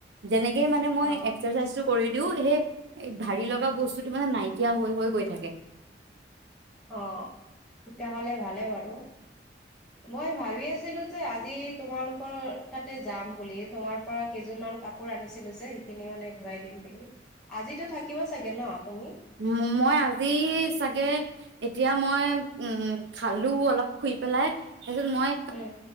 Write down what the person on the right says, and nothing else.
যেনেকে মানে মই,
এক্সাৰচাইজটো কৰি দিওঁ, সেই ভাৰি লগা বস্তুটো মানে নাইকিয়া হৈ-হৈ, গৈ থাকে।
ম-মই আজি চাগে এতিয়া মই উম, খালোঁ অলপ, শুই পেলাই। তাৰপিছত মই